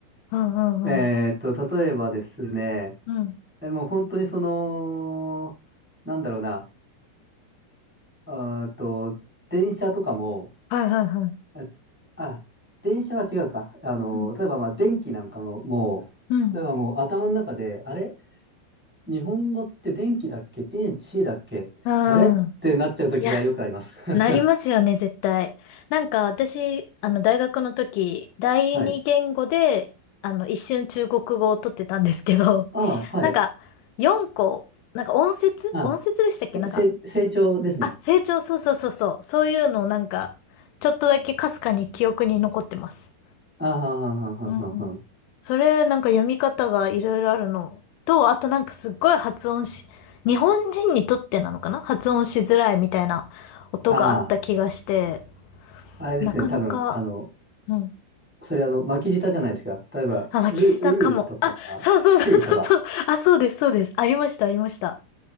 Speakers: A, on the left; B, in the centre.
A: うんうんうん。
B: <laughs> えっと、例えばですね、
A: うん。
B: えもう本当にその、なんだろうな、あーと、電車とかも、
A: はいはいはい。
B: えあ、電車は違うか。あの、
A: うん。
B: 例えばまあ電気なんかも、も
A: うん。
B: う、例えばもう頭の中で、あれ日本語って電気だっけ電池だっけあれってなっちゃう時がよくあります。
A: うん。いや、
B: <laughs>
A: なりますよね、絶対。なんか私、あの、大学の時、第二言語で、
B: はい。
A: あの、一瞬中国語を取ってたんですけど、
B: ああ、はい。
A: なんか、4個、なんか音節音節でしたっけなんか、
B: あ、えせ、成長ですね。
A: あ、成長、そうそうそうそう。そういうのをなんか、ちょっとだけかすかに記憶に残ってます。
B: ああ、はんはんはんはんはんはん
A: うん。それ、なんか読み方がいろいろあるのと、あとなんかすっごい発音し、日本人にとってなのかな発音しづらいみたいな音があった気がして、
B: ああ、あれですね。
A: なかなか、
B: 多分、あの、
A: うん。
B: それあの、巻き舌じゃないですか。例えば、
A: あ、巻き舌かも。
B: る、うーとか、
A: あ、そうそうそうそうそう。
B: ふーとか。
A: あ、そうです、そうです。ありました、ありました。